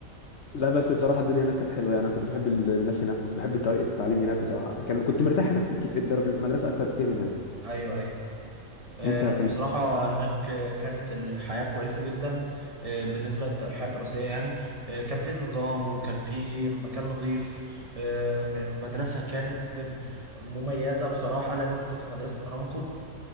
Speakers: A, on the left; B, on the right.
A: لا بس بصراحه الدنيا هناك كانت حلوه يعني انا كنت بحب ال- الناس هناك كنت بحب طريقه التعليم هناك بصراحه كان كنت
B: مم.
A: مرتاح هناك في الك- في الدار- في المدرسه اكتر كتير من هنا
B: ايوه ايوه آه،
A: انت كنت
B: انا بصراحه هناك آه، كانت الحياه كويسه جدا آه، بالنسبه للحياه الدراسيه يعني آه، كان في نظام كان في مكان نظيف آه، المدرسه كانت مميزه بصراحه لان انا كنت في مدرسه ارامكو